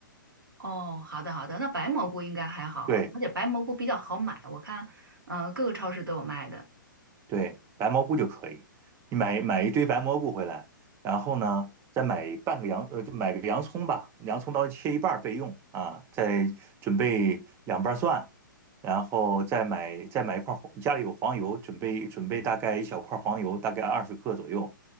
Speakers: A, on the right (about 85°); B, on the right (about 20°).
A: 哦，好的好的，那白蘑菇应该还好，
B: 对，
A: 而且白蘑菇比较好买，我看，呃，各个超市都有卖的。
B: 对，白蘑菇就可以。你买买一堆白蘑菇回来，然后呢，再买半个洋呃，就买个洋葱吧，洋葱刀切一半儿备用啊。再准备两瓣蒜，然后再买再买一块儿黄，家里有黄油，准备准备大概一小块儿黄油，大概二十克左右。